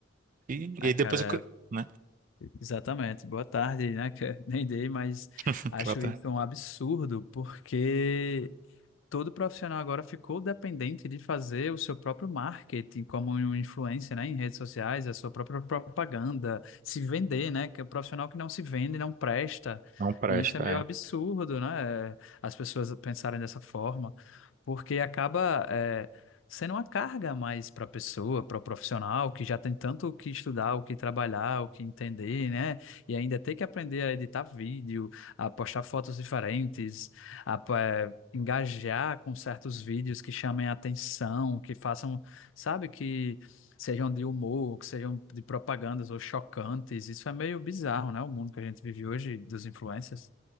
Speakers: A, on the right; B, on the left.
A: E,
B: Ai,
A: e aí depois
B: cara,
A: o que, né?
B: exatamente. Boa tarde, né? que <laughs> Nem dei, mas
A: <laughs>
B: acho
A: Ela tá-
B: isso um absurdo, porque todo profissional agora ficou dependente de fazer o seu próprio marketing como um influencer, né? Em redes sociais, a sua própria propaganda, se vender, né? Que o profissional que não se vende não presta.
A: Não presta,
B: E isso é meio
A: é.
B: absurdo, né? As pessoas pensarem dessa forma porque acaba é, sendo uma carga a mais para a pessoa, para o profissional, que já tem tanto o que estudar, o que trabalhar, o que entender, né? E ainda tem que aprender a editar vídeo, a postar fotos diferentes, a é, engajar com certos vídeos que chamem a atenção, que façam, sabe, que sejam de humor, que sejam de propagandas ou chocantes. Isso é meio bizarro, né? O mundo que a gente vive hoje dos influencers.